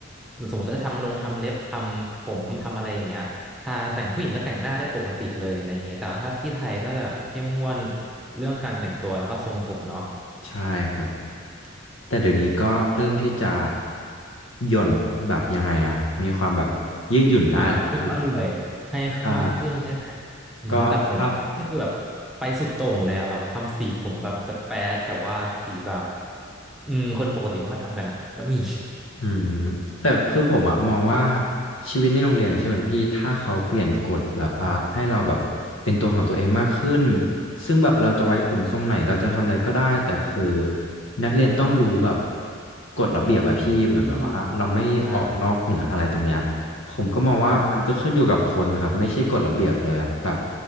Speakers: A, in the centre; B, on the left (about 70°).
A: สมมติเราจะทำลงทำเล็บทำผมทำอะไรอย่างเงี้ยถ้าแต่งผู้หญิงก็แต่งหน้าได้ปกติเลยอะไรอย่างเงี้ยแต่ว่าถ้าที่ไทยก็จะแบบเข้มงวดเรื่องการแต่งตัวแล้วก็ทรงผมเนาะ
B: ใช่ครับแต่เดี๋ยวนี้ก็เริ่มที่จะหย่อนแบบยังไงอะมีความแบบยืดหยุ่นได้แล้วพี่
A: อ่าอารมณ์อร่วยให้มากขึ้นใช่ไหม
B: ใช่
A: อืมแต่ของนี่คือแบบไปสุดโต่งเลยอะแบบทำสีผมแบบแป๊ดๆแต่ว่าสีแบบ
B: ก็ถ้า
A: อืมคนปกติไม่ค่อยทำกันอะก็มี
B: อืมแต่คือผมอะมองว่าชีวิตในโรงเรียนใช่ไหมพี่ถ้าเขาเปลี่ยนกฎแบบอ่าให้เราแบบเป็นตัวของตัวเองมากขึ้น
A: ครับ
B: ซึ่งแบบเราจะไว้ผมทรงไหนเราจะทำอะไรก็ได้แต่คือนักเรียนต้องรู้แบบกฎระเบียบอะพี่เหมือนแบบว่าเราไม่ออกนอกเหนืออะไรตรงเนี้ย
A: ที่อ่า
B: ผมก็มองว่ามันก็ขึ้นอยู่กับคนครับไม่ใช่กฎระเบียบเลยอะแบบ
A: ครับ